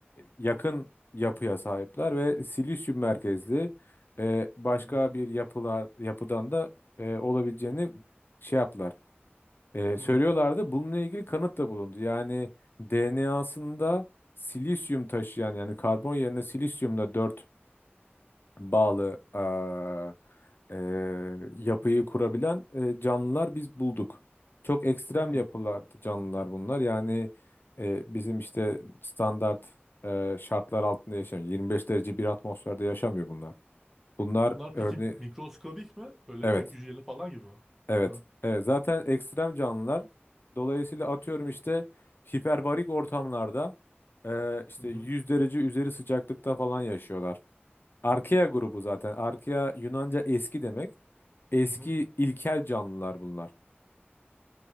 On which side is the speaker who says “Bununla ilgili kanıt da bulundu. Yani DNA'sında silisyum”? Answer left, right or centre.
Left